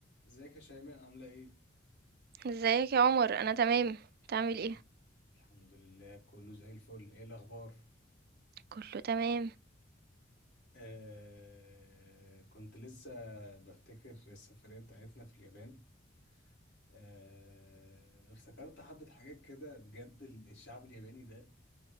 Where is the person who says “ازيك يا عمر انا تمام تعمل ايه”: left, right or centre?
Right